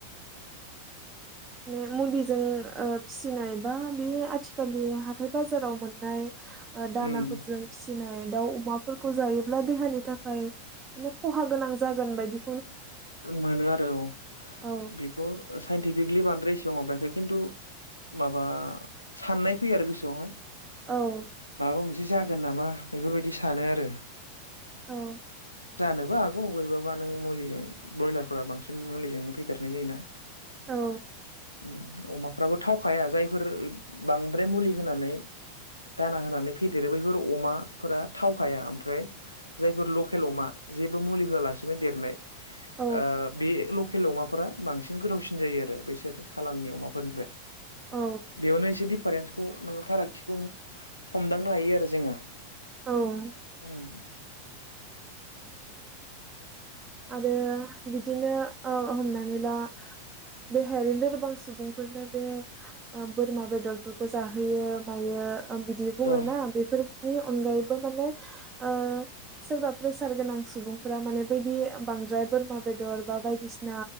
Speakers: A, on the left (about 80°); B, on the right (about 25°).
A: <inaudible>
B: माने मुलिजों ओ फिसिनाय बा बे आथिखालनि हाथाय बाजाराव मोननाय ओ दानाफोरजों
A: उम
B: फिसिनाय दाउ अमाफोरखौ जायोब्ला देहानि थाखाय माने खहा गोनां जागोन बायदि
A: मोनो आरो अ।
B: औ
A: बेखौ साइन्टिफिकलि बानाय <unintelligible> इसिबां माबायाखै खिन्थु माबा साननाय फैयो आरो गोसोआवहाय।
B: औ
A: माबा मोनसे जागोन नामा बेफोरबायदि सानो आरो।
B: औ
A: जानोबो हागौ बोरैबाबा नों मुलिजों बयलारफोरा बांसिन मुलिजोंनो फेदेरनाय जायोना।
B: औ
A: ओम अमाफ्राबो थावखाया जायफोर बांद्राय मुलि होनानै दाना होनानै फेदेरो बैफोर अमाफोरा थावखाया। ओमफ्राय जायफोर लकेल अमा जेबो मुलि होआलासिनो देरनाय
B: औ
A: ओ बे लकेल अमाफोरा बांसिन गोथावसिन जायो आरो बैसोर सालाननि अमाफोरनिफ्राय
B: औ
A: बेयावनो एसेदि फारेन्सखौ नोङो फारागथिखौ हमदांनो हायो आरो जोङो।
B: औ
A: उम <inaudible>
B: आरो बिदिनो ओ हमनानै ला देहायारि लोरबांसिन सुबुंफोरनो बे ओ बोरमा बेदरफोरखौ जाहोयो मायो ओ बिदि बुङोना
A: औ
B: बेफोर नि अनगायैबो माने ओ सोरबा प्रेसार गोनां सुबुंफोरा माने बैदि बांद्राय बोरमा बेदर बा बायदिसिना